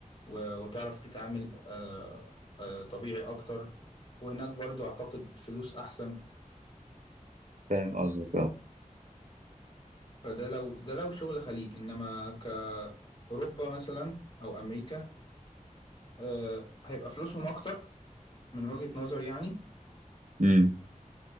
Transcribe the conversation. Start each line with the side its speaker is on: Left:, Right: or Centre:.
Left: و- وتعرف تتعامل أه أه طبيعي اكتر وهناك برضو اعتقد فلوس احسن
Right: فاهم قصدك اه
Left: فده لو ده لو شغل خليج انما كأوروبا مثلا او امريكا آه، هيبقى فلوسهم اكتر من وجهة نظر يعني
Right: مم.